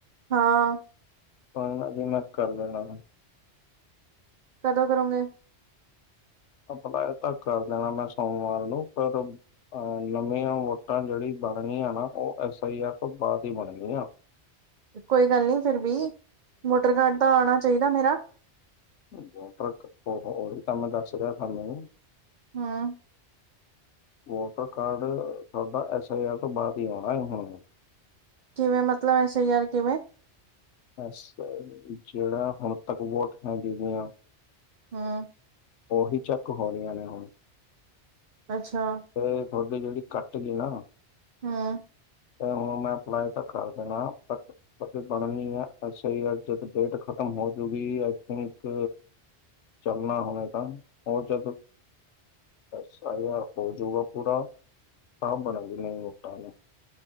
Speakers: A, on the right; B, on the left.
A: ਹਾਂ।
B: ਹ ਨਾ ਜਿ ਮੈਂ ਕਰ ਲੈਣਾ ਵਾ।
A: ਕਦੋਂ ਕਰੋਗੇ?
B: ਅਪਲਾਏ ਤਾਂ ਕਰ ਦੇਣਾ ਮੈਂ ਸੋਮਵਾਰ ਨੂੰ ਪਰ ਅ ਨਵੀਆਂ ਵੋਟਾਂ ਜੇੜੀ ਬਣਨੀਆ ਨਾ ਓ ਐਸ ਆਈ ਆਰ ਤੋਂ ਬਾਦ ਈ ਬਣਨੀਆ।
A: ਕੋਈ ਗੱਲ ਨੀ ਫਿਰ ਵੀ, ਵੋਟਰ ਕਾਰਡ ਤਾਂ ਆਣਾ ਚਾਈਦਾ ਮੇਰਾ।
B: ਵੋਟਰ ਉਹ ਉਹੀ ਤਾਂ ਮੈਂ ਦੱਸ ਰਿਹਾ ਥੋਨੂੰ।
A: ਹਮ
B: ਵੋਟਰ ਕਾਰਡ, ਥੋਡਾ ਐਸ ਆਈ ਆਰ ਤੋਂ ਬਾਦ ਈ ਆਉਣਾ ਏ ਹੁਣ।
A: ਕਿਵੇਂ ਮਤਲਬ ਐਸ ਆਈ ਆਰ ਕਿਵੇਂ?
B: ਐਸ, ਜੇੜਾ ਹੁਣ ਤੱਕ ਵੋਟ ਹੈਗੀ ਗੀ ਆ।
A: ਹਮ
B: ਉਹੀ ਚੈੱਕ ਹੋ ਰਈਆਂ ਨੇ ਹੁਣ।
A: ਅੱਛਾ।
B: ਤੇ ਥੋਡੀ ਜੇੜੀ ਕੱਟ ਗੀ ਨਾ।
A: ਹਮ
B: ਤੇ ਹੁਣ ਮੈਂ ਅਪਲਾਈ ਤਾਂ ਕਰ ਦੇਣਾ ਬਟ ਅਤੇ ਬਣਨੀ ਐ ਐਸ ਆਈ ਆਰ ਜਦ ਡੇਟ ਖਤਮ ਹੋ ਜੂਗੀ ਆਈ ਥਿੰਕ ਚਲਣਾ ਹੁਣੇ ਤਾਂ, ਓ ਜਦ ਐਸ ਆਈ ਆਰ ਹੋਜੂਗਾ ਪੂਰਾ, ਤਾਂ ਬਣੇਗੀ ਨਈ ਵੋਟਾਂ।